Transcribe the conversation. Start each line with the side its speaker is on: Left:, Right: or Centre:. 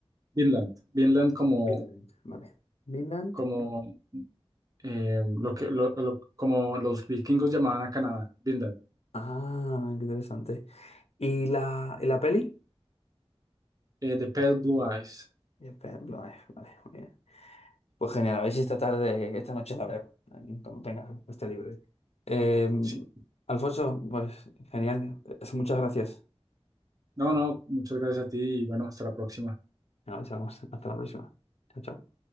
Right: Vinland. Vinland como,
Left: Vinland. Vale. Vinland.
Right: como, eh, lo que, lo- lo- como los vikingos llamaban a Canadá. Vinland.
Left: Ah, qué interesante. ¿Y la, y la peli?
Right: Eh, The Pale Blue Eyes.
Left: Ya, espera, Vale, vale, muy bien. Pues genial, a ver si esta tarde, esta noche la veo, eh, cuando tenga este libre. Eh,
Right: Sí.
Left: Alfonso, pues genial, eh, muchas gracias.
Right: No, no, muchas gracias a ti y bueno, hasta la próxima.
Left: Venga, chao, hasta la próxima. Chao, chao.